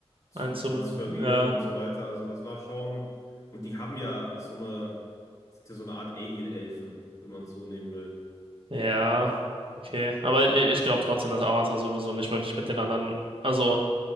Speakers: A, on the left; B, on the right.
A: zu
B: einzubringen.
A: transferieren
B: Ja,
A: und so weiter. Also das war schon. Und die haben ja so eine, sind ja so eine Art Alien-Elfen, wenn man es so nehmen will.
B: ja, okay. Aber i- ich glaube trotzdem, dass Avatar sowieso nicht wirklich mit den anderen, also